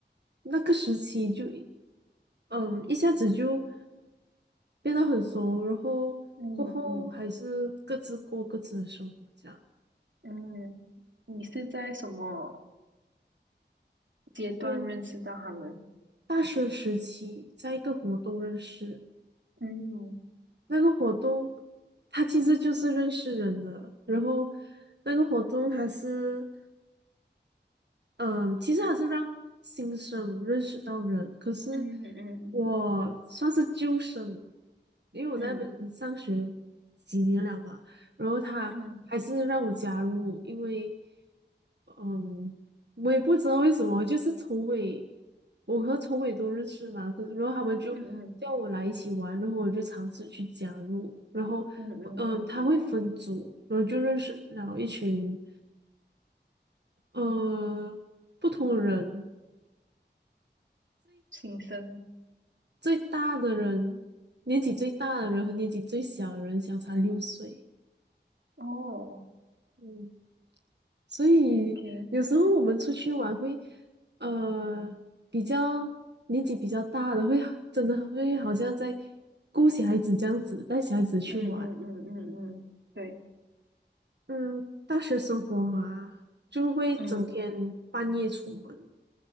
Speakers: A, on the right; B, on the right.
A: 那个时期就，嗯，一下子就。变得很熟，然后过后还是各自过各自的生活这样。
B: 嗯嗯嗯，你是在什么阶段认识到他们？
A: 嗯，大学时期在一个活动认识，
B: 嗯
A: 那个活动它其实就是认识人的，然后那个活动还是嗯，其实还是让新生认识到人，可是
B: 嗯嗯嗯
A: 我算是旧生，因为我在那边上学几年了嘛，
B: 嗯
A: 然后他还是让我加入，
B: 嗯
A: 因为，嗯，我也不知道为什么，就是筹委，我和筹委都认识嘛，可是然后他们就叫我来一起玩，
B: 嗯
A: 然后我就尝试去加入，然后，
B: 嗯嗯嗯，
A: 嗯，他会分组，然后就认识了一群，呃，不同的人，
B: 新生
A: 最大的人，年纪最大的人和年纪最小的人相差六岁，
B: 哦
A: 嗯。所以有时候我们出去玩会，
B: ，OK，
A: 呃，比较年纪比较大的会真的会好像在顾小孩子这样子，带小孩子去玩。
B: 嗯嗯嗯嗯嗯，对，
A: 嗯，大学生活嘛，就会整天半夜出门。
B: 嗯